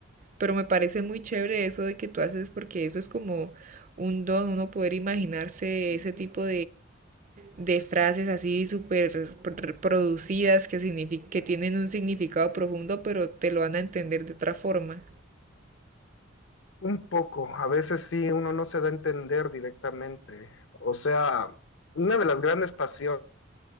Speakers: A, on the right (about 40°); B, on the left (about 70°).
A: Pero me parece muy chévere eso de que tú haces porque eso es como un don, uno poder imaginarse ese tipo de frases así súper producidas que, signific que tienen un significado profundo, pero te lo van a entender de otra forma.
B: Un poco, a veces sí, uno no se da a entender directamente. O sea, una de las grandes pasiones